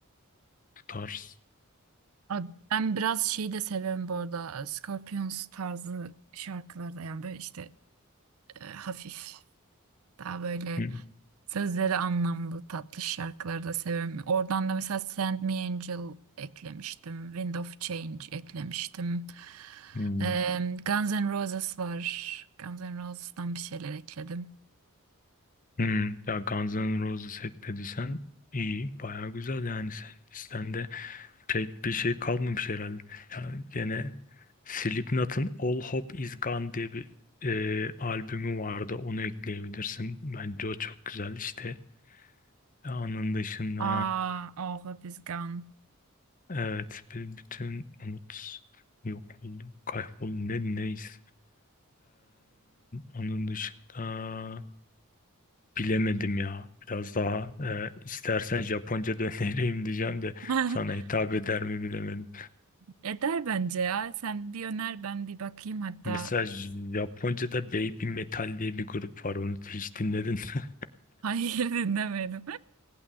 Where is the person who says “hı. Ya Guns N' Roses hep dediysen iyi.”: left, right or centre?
Left